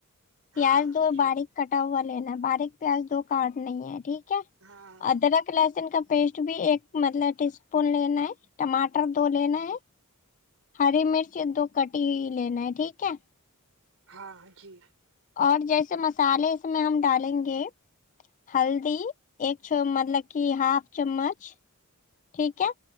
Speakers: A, on the left; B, on the right.
A: پیاز
B: ہاں ہاں
A: دو
B: جی
A: باریک کٹا ہوا لینا ہے باریک پیاز دو کاٹ نہیں ہے ٹھیک ہے
B: ہاں
A: ادرک لہسن کا پیسٹ بھی ایک مطلب ٹی اسپون لینا ہے ٹماٹر دو لینا ہے ہری مرچ دو کٹی ہوئی لینا ہے ٹھیک ہے
B: ہاں جی
A: اور جیسے مسالے اس میں ہم ڈالیں گے ہلدی ایک چ مطلب کی ہاف چمچ ٹھیک ہے